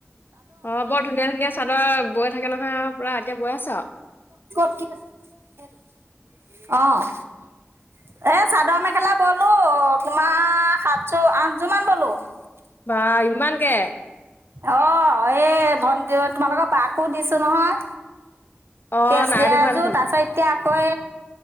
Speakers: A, on the left; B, on the right.
A: অ বৰ ধুনীয়া ধুনীয়া চাদৰ বত চাইকেল তে আও। পুৰা এতিয়া বৈ আছা।
B: অ এ চাদৰ মেখেলা বলো তোমাৰ সাতশ আঠযোৰমান বলো।
A: বা ইমানকে।
B: অ এই ভণ্টিউ তোমালোকৰ বাকো দিছো নহয়।
A: অ
B: কেচ
A: নাই
B: দিয়া
A: দেখুৱা
B: এযোৰ
A: দেখোন
B: তাৰ পাছত এতিয়া। কৈ